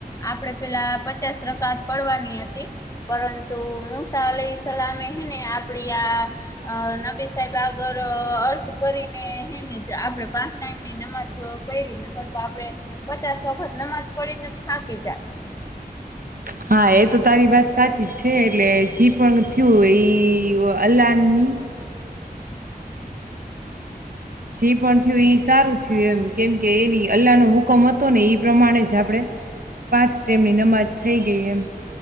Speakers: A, on the left; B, on the right.
A: આપડે પેલા પચાસ રકાત પડવાની હતી. પરંતુ મુસા અલે સલામે હેને આપડી આ નબી સાહેબ આગ <unintelligible> અર્થ કરીને હેને <unintelligible> આપણે પાંચ ટાઈમની નમાજ કરીને કરર <unintelligible> તો આપડણે પચાસ વખત નમાજ પડીને થાકી જાત.
B: <inaudible> હા એ તો તારી વાત સાચી જ છે એટલે જે પણ થયું એ અલ્લાહની હ <unintelligible> જે પણ થયું એ સારું થયું એમ કેમ કે એની અલ્લાહનો હુકમ હતો ને એ પ્રમાણે જ આપણેે પાંચ તેમની નમાજ થઈ ગઈ એમ